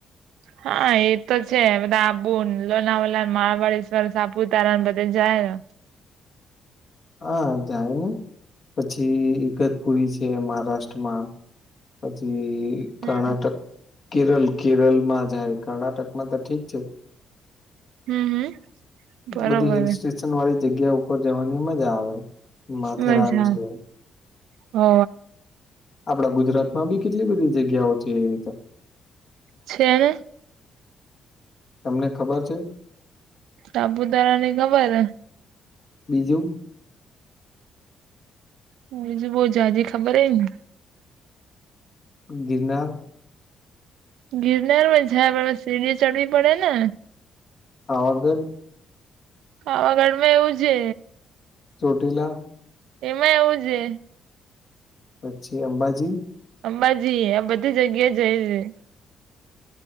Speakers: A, on the right (about 80°); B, on the left (about 50°).
A: હા એ તો છે બધા આબુ લોનાવલા માળવાળેશ્વર સાપુતારા બધે જાયને
B: હા જાય ને પછી ગત પુરી છે મહારાષ્ટ્રમાં હજ
A: હમ
B: કર્ણાટક કેરલ કેરલ માં જાય કર્ણાટક માં તો ઠીક છે
A: હમ હમ. બરોબર
B: બધી હિલ
A: હે.
B: સ્ટેશન વાળી જગ્યા ઉપર જવાની મજા આવે માથેરાન
A: મજા
B: છે
A: હો
B: આપડા ગુજરાત માં બી કેટલી બધી જગ્યાઓ છે એવી તો
A: છેને
B: તમને ખબર છે
A: સાબુતારાની ખબર
B: બીજું
A: હ બીજું બઉ જો હજી ખબર હ ને
B: જીજનાબ
A: ગિરનારું મજામાં આવે પણ સીડી ચડવી પડે ને
B: પાવાગઢ
A: પાાવાગઢમાં એવું છે
B: ચોટીલા
A: એમાં એવું છે
B: પછી અંબાજી
A: અંબાજી આ બધી જગ્યા જઈ છે